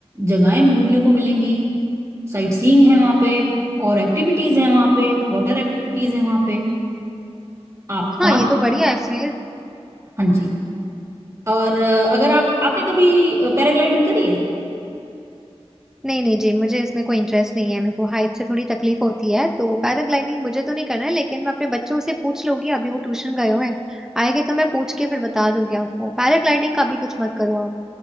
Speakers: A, on the right (about 30°); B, in the centre.
A: जगहें घूमने को मिलेंगी साइट सीइंग है वहां पे और एक्टिविटीज है वहां पे वाटर एक्टिविटीज है वहां पे आप
B: हाँ
A: वहां
B: ये तो
A: भी
B: बढ़िया है फिर
A: हाँ जी और अ, अगर आप आपने कभी पैराग्लाइडिंग करी है
B: नहीं नहीं जी मुझे इसमें कोई इंटरेस्ट नहीं है मेरे को हाइट से थोड़ी तकलीफ होती है तो पैराग्लाइडिंग मुझे तो नहीं करना है लेकिन मैं अपने बच्चों से पूछ लूंगी अभी वो ट्यूशन गए हुए हैं आएंगे तो मैं पूछ के फिर बता दूंगी आपको पैराग्लाइडिंग का भी कुछ मत करो आप